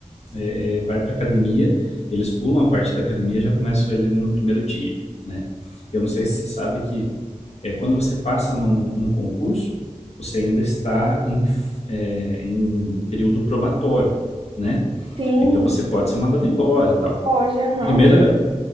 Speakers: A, on the left (about 55°); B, on the right (about 40°).
A: é, é, vai para academia, eles pulam a parte da academia e já começam ele no primeiro dia, né? Eu não sei se você sabe que é, quando você passa num, num concurso, você ainda está em, é, em período probatório, né?
B: tem.
A: Então você pode ser mandado embora, e tal.
B: Pode, aham.
A: A primeira